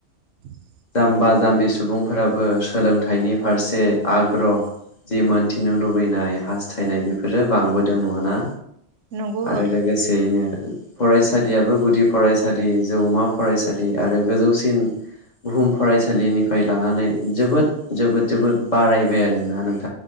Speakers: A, on the right (about 85°); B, on the left (about 40°).
A: <unintelligible>
B: जाम्बा- जाम्बि सुबुंफोराबो सोलोंथाइनि फारसे आग्रह जि मोनथिनो लुबैनाय हास्थायनाय बेफोरो बांबोदों नङाना?
A: नंगौ
B: आरो
A: ओं
B: लोगोसेयैनो फरायसालियाबो गुदि फरायसालि जौमा फरायसालि आरो गोजौसिन बुहुम फरायसालिनिफाय लानानै जोबोद -जोबोद- जोबोद बारायबाय आरोना नोंथां।